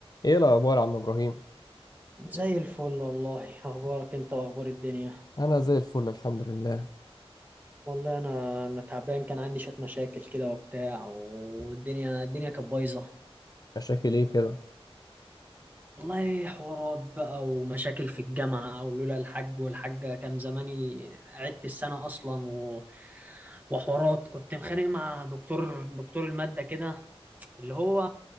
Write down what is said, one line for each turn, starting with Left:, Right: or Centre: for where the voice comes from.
Left: ايه الاخبار يا عم ابراهيم
Right: زي الفل والله اخبارك انت واخبار الدنيا
Left: انا زي الفل الحمد لله
Right: والله انا انا تعبان كان عندي شويه مشاكل كده وبتاع والدنيا الدنيا كانت بايظه
Left: مشاكل ايه كده
Right: والله حوارات بقى ومشاكل في الجامعه ولولا الحاج والحاجه كان زماني عدت السنه اصلا و... وحوارات كنت مخانق مع دكتور دكتور الماده كده اللي هو